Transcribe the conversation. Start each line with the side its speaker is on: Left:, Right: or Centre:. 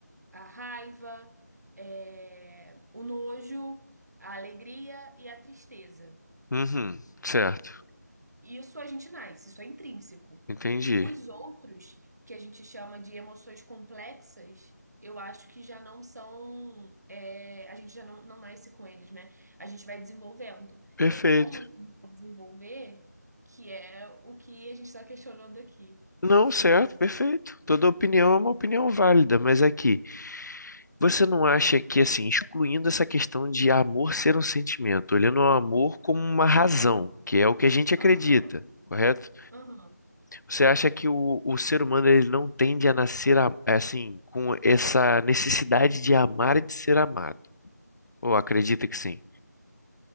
Right: a raiva, é, o nojo, a alegria e a tristeza.
Left: Uhum, certo,
Right: E Isso a gente nasce, isso é intrínseco.
Left: entendi.
Right: Os outros, que a gente chama de emoções complexas, eu acho que já não são. é, a gente já não, não nasce com eles, né? A gente vai desenvolvendo.
Left: Perfeito.
Right: E aí, como isso vai desenvolver, que é o que a gente está questionando aqui.
Left: Não, certo, perfeito. Toda opinião é uma opinião válida, mas aqui, você não acha que, assim, excluindo essa questão de amor ser um sentimento, olhando o amor como uma razão, que é o que a gente acredita,
Right: Aham,
Left: correto?
Right: aham.
Left: Você acha que o, o ser humano ele não tende a nascer, a- assim, com essa necessidade de amar e de ser amado? Ou acredita que sim?